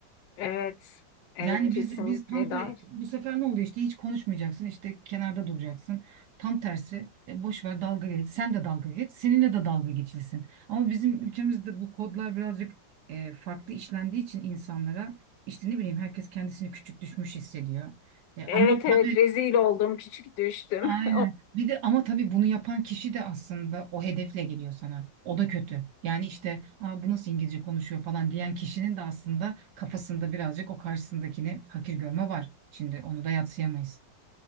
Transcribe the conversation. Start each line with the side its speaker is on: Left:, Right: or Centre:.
Left: Evet. Evet
Right: Yani
Left: kesinlikle
Right: biz biz tam te-
Left: doğru.
Right: bu sefer ne oldu işte hiç konuşmayacaksın işte kenarda duracaksın. Tam tersi e, boş ver dalga geç. Sen de dalga geç. Seninle de dalga geçilsin. Ama bizim ülkemizde bu kodlar birazcık e, farklı işlendiği için insanlara işte ne bileyim herkes kendisini küçük düşmüş hissediyor. E,
Left: Evet
Right: ama
Left: evet
Right: tabii
Left: rezil oldum, küçük düştüm.
Right: Aynen.
Left: <laughs>
Right: Bir de ama tabii bunu yapan kişi de aslında o hedefle geliyor sana. O da kötü. Yani işte Aa, bu nasıl İngilizce konuşuyor falan diyen kişinin de aslında kafasında birazcık o karşısındakini hakir görme var. Şimdi onu da yadsıyamayız.